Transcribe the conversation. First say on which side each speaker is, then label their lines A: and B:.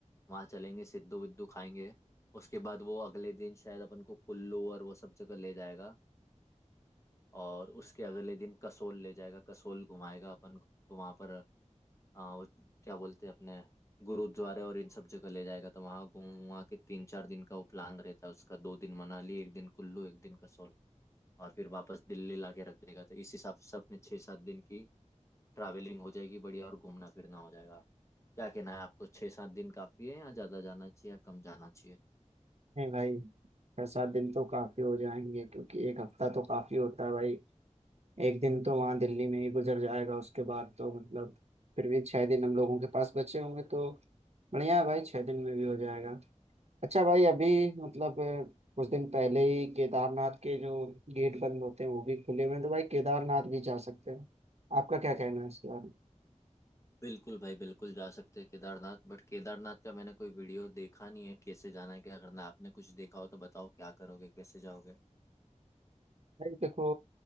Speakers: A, on the left (about 25°); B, on the right (about 55°).
A: वहाँ चलेंगे सिद्धू विद्धू खाएंगे उसके बाद वो अगले दिन शायद अपन को कुल्लू और वो सब जगह ले जाएगा और उसके अगले दिन कसोल ले जाएगा कसोल घुमाएगा अपन को तो वहाँ पर आ, वो क्या बोलते हैं अपने गुरुद्वारे और इन सब जगह ले जाएगा तो वहाँ घूम वहाँ के तीन चार दिन का वो प्लान रहता है उसका दो दिन मनाली एक दिन कुल्लू एक दिन कसोल और फिर वापस दिल्ली ला के रख देगा तो इस हिसाब से अपने छः सात दिन की ट्रैवलिंग हो जाएगी बढ़िया और घूमना फिरना हो जाएगा क्या कहना है आपको छः सात दिन काफ़ी है या ज़्यादा जाना चाहिए या कम जाना चाहिए
B: नहीं भाई छह सात दिन तो काफी हो जाएंगे क्योंकि एक हफ्ता तो काफी होता है भाई एक दिन तो वहाँ दिल्ली में ही गुजर जाएगा उसके बाद तो मतलब फिर भी छः दिन हम लोगों के पास बचे होंगे तो बढ़िया है भाई छः दिन में भी हो जाएगा अच्छा भाई अभी मतलब अ, कुछ दिन पहले ही केदारनाथ के जो गेट बंद होते हैं वो भी खुले हुए हैं तो भाई केदारनाथ भी जा सकते हैं आपका क्या कहना है इसके बारे में
A: बिल्कुल भाई बिल्कुल जा सकते हैं केदारनाथ बट केदारनाथ का मैंने कोई वीडियो देखा नहीं है कैसे जाना है क्या करना है आपने कुछ देखा हो तो बताओ क्या करोगे कैसे जाओगे
B: भाई देखो